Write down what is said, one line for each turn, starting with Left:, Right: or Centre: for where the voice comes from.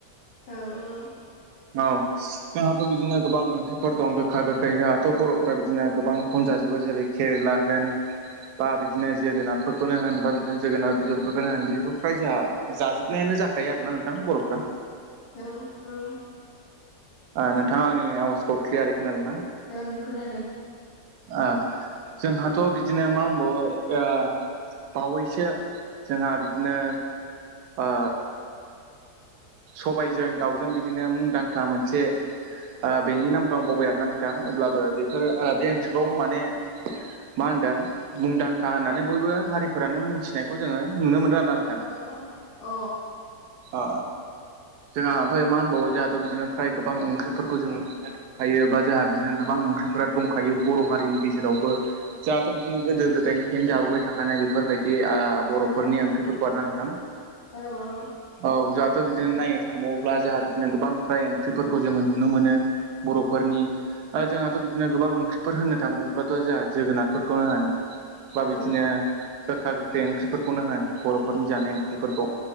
Left: औ औ
Right: औ जोंहाथ' बिदिनो गोबां ओंख्रिफोर दं गोखा गोखै जोंहाथ' बर' बिदिनो गोबांखौनो जाजोबो जेरै केरेला होन बा बिदिनो जोगोनारफोरखौनो होन बा बिदिनो जोगोनार बिजौफोरखौनो होन बेखौ फ्राय जा जाजोबनायानो जाखायो आर ना नोंथां बर'फ्रा
Left: औ औ
Right: ओ नोंथाङा आंनि आवाजखौ क्लियारै खोनादों ना?
Left: ओं खोनादों
Right: ओ जोंहाथ' बिदिनो मा होनबावो ओ बावैसो जोंहा बिदिनो ओ सबायजों दाउजों बिदिनो मुंदांखा मोनसे ओ बेनि नामखौ आं बबबाय आरोना नोंथां अब्लाबो बेफोर बे ओंख्रिखौ माने मा होन्दों मुंदांखा होननानै बयबो हारि फोरानो मोनथिनायखौ जोङो नुनो मोनदों आरोना नोंथां
Left: अ अ
Right: अ जोंहा ओमफ्राय मा होनबावो जोंहाथ' बिदिनो फ्राय गोबां ओंख्रिफोरखौ जोङो मोनो जायो बा जोंहा बिदिनो गोबां ओंख्रिफोरा दंखायो बर' हारिनि गेजेरावबो जाहाथ' जङो गोदो गोदायनिफ्रायनो जाबोबाय थाखानाय बेफोरबायदि ओ बर'फोरनि
Left: अ
Right: ओंख्रिफोरखौना नोंथां।
Left: औ औ
Right: औ जाहाथ' बिदिनो नायनो थांबावोब्ला जोंहा बिदिनो गोबां फ्राय ओंख्रिफोरखौ जोङो नुनो मोनो बर'फोरनि ओ जोंहाथ' बिदिनो गोबां ओंख्रिफोर होनो थांबावब्लाथ' जोंहा जोगोनारफोरखौ होन बा
Left: औ
Right: बिदिनो गोखा गोखै ओंख्रिफोरखौनो होन बर'फोरनि जानाय ओंख्रिफोरखौ